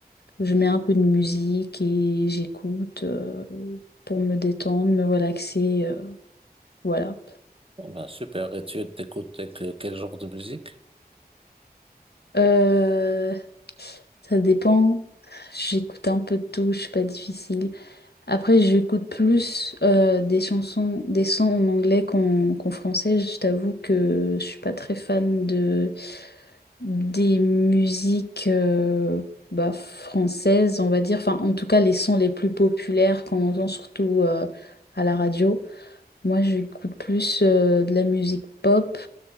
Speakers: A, on the left (about 80°); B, on the right (about 35°).
A: je mets un peu de musique et j'écoute euh, pour me détendre, me relaxer. euh, voilà.
B: bah, super. Et tu t'écoutes que- quel genre de musique?
A: Euh, ça dépend. J'écoute un peu de tout, je suis pas difficile. Après, j'écoute plus euh, des chansons, des sons en anglais qu'en qu'en français. Je t'avoue que je suis pas très fan de des musiques euh, bah, françaises, on va dire, enfin en tout cas les sons les plus populaires qu'on entend surtout euh, à la radio. Moi j'écoute plus euh, de la musique pop